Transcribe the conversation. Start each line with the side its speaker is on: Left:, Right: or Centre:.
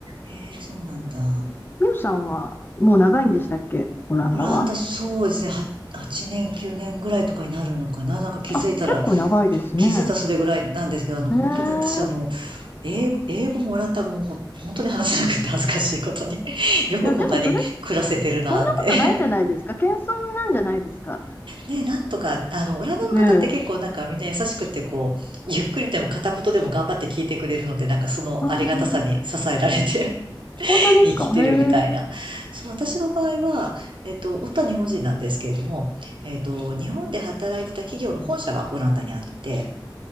Right: へえ、そうなんだ。
Left: ミオさんはもう長いんでしたっけ、オランダは。
Right: オランダ、そうですね。は8年、9年ぐらいとかになるのかな。なんか気づいたら、
Left: あ、結構長いですね。
Right: 気づいたらそれぐらいなんですけど、あの、
Left: へえ。
Right: 本当に私、あの、英語、英語もオランダ語もほん、本当に話せなくて恥ずかしいことに <laughs>。よくこんなに暮らせてるなって。
Left: いや、でもそれ、そんなことないんじゃないですか。謙遜なんじゃないですか。
Right: ね、なんとか、あの、オランダの方って結構なんかみんな優しくて、
Left: ねえ。
Right: こう、ゆっくりでも片言でも頑張って聞いてくれるので、なんかそのありがたさに支えられて
Left: あー
Right: <laughs>
Left: 本当ですか。
Right: 生きてるみたいな。
Left: へえ。
Right: そう、私の場合は、えっと、夫は日本人なんですけれども、えっと、日本で働いてた企業の本社がオランダにあって、